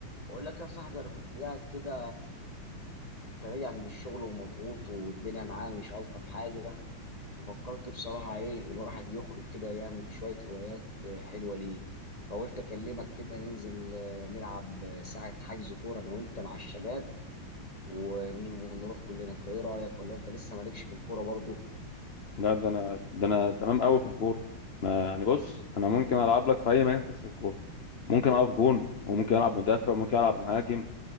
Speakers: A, on the left (about 15°); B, on the left (about 40°).
A: بقول لك يا صاحبي انا كنت قاعد كده كنت راجع من الشغل ومضغوط والدنيا معايا مش الطف حاجه ففكرت بصراحه ايه ان الواحد يخرج كده يعمل شويه هوايات آه، حلوه ليه فقلت اكلمك كده ننزل آه، نلعب آه، ساعه حجز كوره انا وانت مع الشباب ون- ونروح كلنا انت ايه رايك ولا انت لسه مالكش في الكوره برضه
B: لا ده انا ده انا تمام قوي في الكوره ما يعني بص انا ممكن العب لك في اي مركز في الكوره ممكن اقف جون وممكن العب مدافع وممكن العب مهاجم